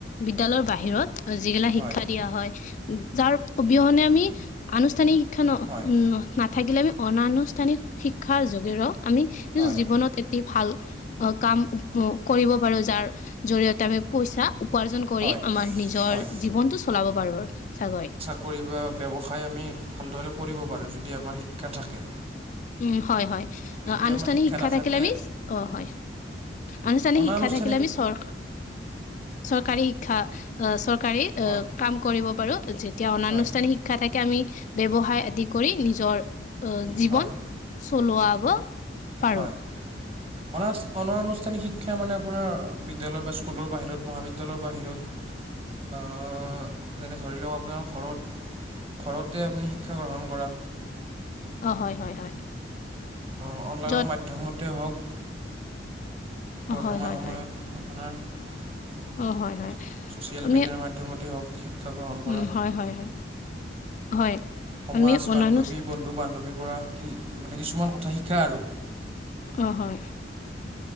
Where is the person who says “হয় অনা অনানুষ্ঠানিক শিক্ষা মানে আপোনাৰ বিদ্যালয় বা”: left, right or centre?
Right